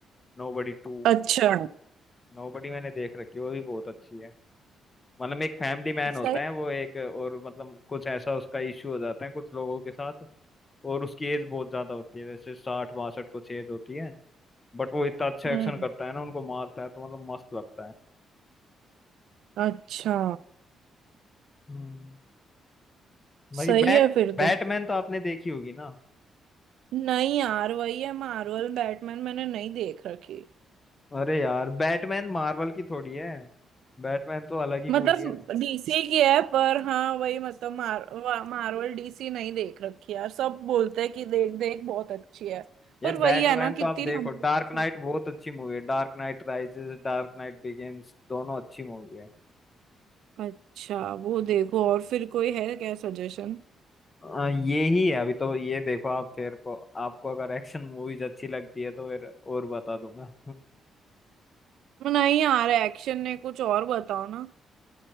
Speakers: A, on the left; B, on the right.
A: Nobody two
B: अच्छा
A: नोबडी मैंने देख रखी है वो भी बहुत अच्छी है मतलब एक फैमिली मैन होता
B: सही
A: है वो एक और मतलब कुछ ऐसा उसका इश्यू हो जाता है कुछ लोगों के साथ और उसकी एज बहुत ज्यादा होती है जैसे साठ बासठ कुछ एज होती है बट वो इतना अच्छा एक्शन
B: हम्म
A: करता है ना उनको मारता है तो मतलब मस्त लगता है
B: अच्छा
A: हम्म बाकी
B: सही
A: बैट
B: है फिर
A: बैटमैन
B: तो
A: तो आपने देखी होगी ना
B: नहीं यार वही है मार्वल बैटमैन मैंने नहीं देख रखी
A: अरे यार बैटमैन मार्वल की थोड़ी है बैटमैन तो अलग ही
B: मतलब
A: मूवी है
B: डीसी की है पर हाँ वही मतलब मार, वा- मार्वल डीसी नहीं देख रखी है यार सब बोलते हैं कि देख देख बहुत अच्छी है
A: यार
B: पर वही
A: बैटमैन
B: है ना
A: तो
B: कितनी
A: आप देखो
B: लंबी
A: डार्क
B: है सब
A: नाइट बहुत अच्छी मूवी है Dark Knight Rises Dark Knight Begins दोनों अच्छी मूवी है
B: अच्छा वो देखो और फिर कोई है क्या सजेशन
A: आ, ये ही है अभी तो ये देखो आप फिर को आपको अगर एक्शन मूवीज अच्छी लगती है तो फिर और बता दूंगा <laughs>
B: नहीं यार एक्शन ने कुछ और बताओ ना